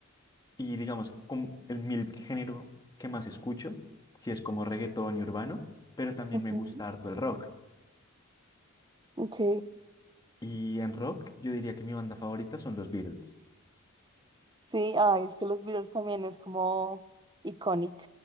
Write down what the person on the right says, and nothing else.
ujú,
Ok.
Sí, ay, es que los Beatles también es como iconic.